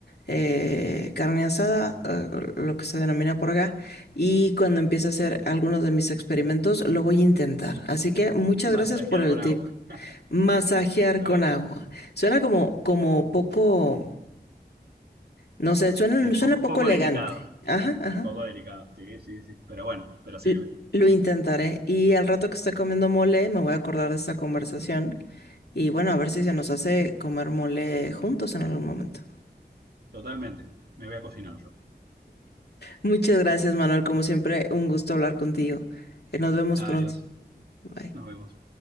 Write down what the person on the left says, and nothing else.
eh, carne asada, eh, lo que se denomina por acá, y cuando empiece a hacer algunos de mis experimentos, lo voy a intentar. Así que muchas
gracias por el
tip. Masajear
con
agua. Suena como, como poco, no sé, suena,
suena poco
elegante.
Ajá, ajá.
L- Lo intentaré y al rato que esté comiendo mole me voy a acordar de esta conversación y bueno, a ver si se nos hace comer mole juntos en algún momento.
Muchas gracias, Manuel. Como siempre, un gusto hablar contigo. Eh, Nos vemos
pronto. Bye.